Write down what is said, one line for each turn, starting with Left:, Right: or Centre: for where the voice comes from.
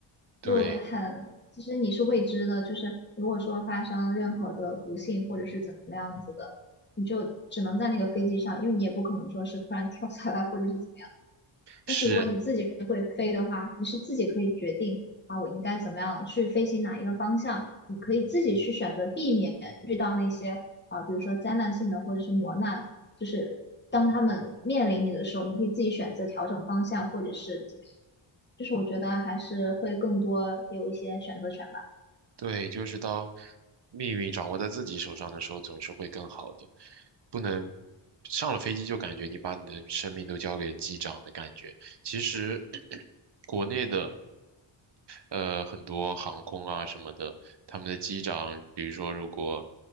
Right: 对，
Left: 就很其实你是未知的，就是如果说发生任何的不幸或者是怎么样子的，你就只能在那个飞机上，因为你也不可能说是突然跳下来或者是怎么样。但是如果你自己会飞的话，
Right: 是，
Left: 你是自己可以决定啊，我应该怎么样去飞行哪一个方向，你可以自己去选择避免遇到那些啊，比如说灾难性的或者是磨难，就是当他们面临你的时候，你可以自己选择调整方向，或者是就是我觉得还是会更多有一些选择权吧。
Right: 对，就是当命运掌握在自己手上的时候，总是会更好的，不能上了飞机就感觉你把你的生命都交给机长的感觉，其实 <clears throat> 国内的。呃，很多航空啊什么的，他们的机长，比如说如果，